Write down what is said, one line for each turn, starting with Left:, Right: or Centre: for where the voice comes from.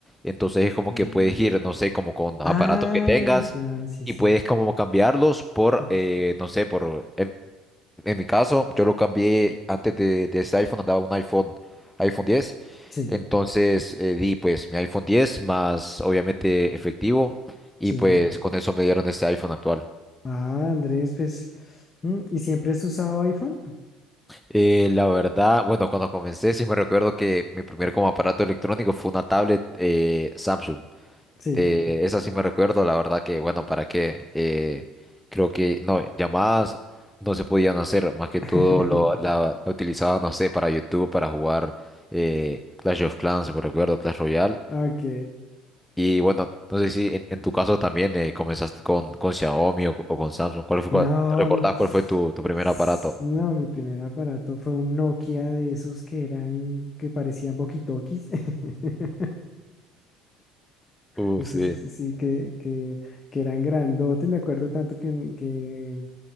Centre: Entonces es como
Left: Mm.
Centre: que puedes ir, no sé, como con
Left: Ah,
Centre: aparatos que tengas
Left: ya, sí,
Centre: y
Left: sí.
Centre: puedes como cambiarlos por,
Left: Mm,
Centre: eh, no sé, por... En mi caso, yo lo cambié antes de, de este iPhone, andaba un iPhone, iPhone 10.
Left: Sí,
Centre: Entonces eh, di pues mi iPhone 10 más obviamente efectivo y
Left: sí.
Centre: pues con eso me dieron este iPhone actual.
Left: Ah, Andrés, pues, mm, ¿y siempre has usado iPhone?
Centre: Eh, la verdad, bueno, cuando comencé sí me recuerdo que mi primer como aparato electrónico fue una tablet eh, Samsung.
Left: Sí.
Centre: Eh, esa sí me recuerdo, la verdad que, bueno, ¿para qué? Eh, creo que, no, llamadas no se podían hacer, más que
Left: <laughs>
Centre: todo lo, la, la utilizaba, no sé, para YouTube, para jugar eh, Clash of Clans, si me recuerdo, Clash Royale.
Left: Ok.
Centre: Y bueno, no sé si en, en tu caso también eh, comenzaste con, con Xiaomi o, o con Samsung. ¿Cuál fue,
Left: No,
Centre: cuál- te recordás
Left: mm,
Centre: cuál fue tu, tu primer
Left: s-
Centre: aparato?
Left: no, mi primer aparato fue un Nokia de esos que eran, que parecían walkie-talkies. <laughs>
Centre: Uh,
Left: Esos
Centre: sí.
Left: sí sí, que, que, que eran grandotes. Me acuerdo tanto que, un- que,